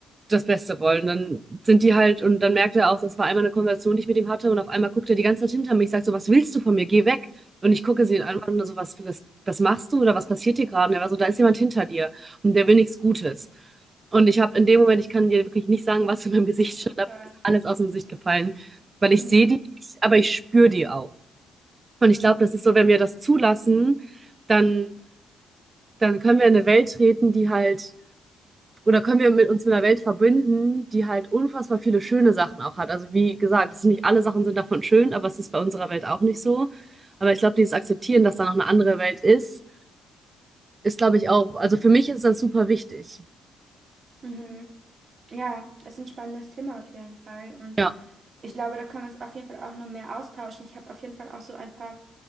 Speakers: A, on the right; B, on the right.
A: das Beste wollen. Dann sind die halt, und dann merkt er auch, das war einmal eine Konversation, die ich mit ihm hatte, und auf einmal guckt er die ganze Zeit hinter mich, sagt so, was willst du von mir? Geh weg. Und ich gucke
B: mhm.
A: sie an und so, was, was, was machst du oder was passiert dir gerade? Und er war so, da ist jemand hinter dir und der will nichts Gutes. Und ich habe in dem Moment, ich kann dir wirklich nicht sagen, was in meinem Gesicht
B: Oh
A: stand,
B: mein
A: aber
B: Gott.
A: mir ist alles aus dem Gesicht gefallen, weil ich
B: Mhm,
A: sehe die nicht, aber ich spüre die auch. Und
B: mhm.
A: ich glaube, das ist so, wenn wir das zulassen, dann, dann können wir in eine Welt treten, die halt oder können wir mit uns mit einer Welt verbinden, die halt unfassbar viele schöne Sachen auch hat. Also wie gesagt, es sind nicht alle Sachen sind davon schön, aber es ist bei unserer Welt auch nicht so. Aber ich glaube, dieses Akzeptieren, dass da noch eine andere Welt ist, ist, glaube ich, auch, also für mich ist das super wichtig.
B: Mhm. Ja, es ist ein spannendes Thema auf jeden Fall. Und
A: Ja,
B: ich glaube, da können wir uns auf jeden Fall auch noch mehr austauschen. Ich habe auf jeden Fall auch so ein paar